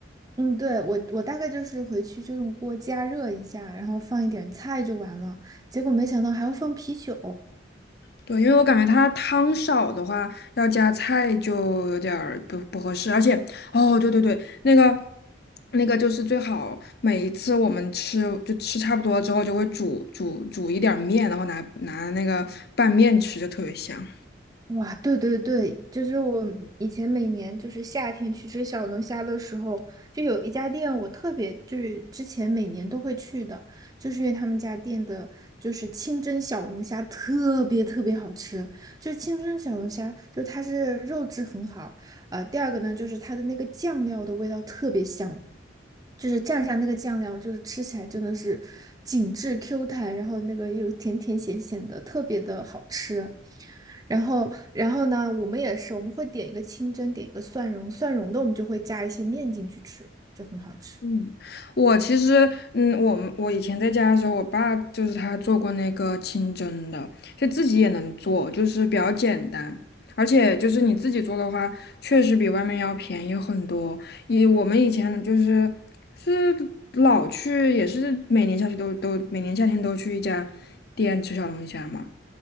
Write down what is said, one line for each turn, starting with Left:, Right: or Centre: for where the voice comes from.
Right: 嗯，对，我我大概就是回去就用锅加热一下，然后放一点菜就完了。结果没想到还要放啤酒。
Left: 对，因为我感觉它汤少的话，要加菜就有点儿不不合适，而且哦，对对对，那个那个就是最好每一次我们吃就吃差不多之后，就会煮煮煮一点儿面，然后拿拿那个拌面吃，就特别香。
Right: 哇，对对对，就是我以前每年就是夏天去吃小龙虾的时候，就有一家店我特别就是之前每年都会去的，就是因为他们家店的就是清蒸小龙虾特别特别好吃，就是清蒸小龙虾，就它是肉质很好，呃，第二个呢就是它的那个酱料的味道特别香，就是蘸上那个酱料，就是吃起来真的是紧致 Q 弹，然后那个又甜甜咸咸的，特别的好吃。然后，然后呢，我们也是，我们会点一个清蒸，点一个蒜蓉，蒜蓉的我们就会加一些面进去吃，就很好吃。
Left: 嗯，我其实，嗯，我们我以前在家的时候，我爸就是他做过那个清蒸的，就自己也能做，就是比较简单，而且就是你自己做的话，确实比外面要便宜很多。以我们以前就是是老去，也是每年下去都都每年夏天都去一家店吃小龙虾嘛，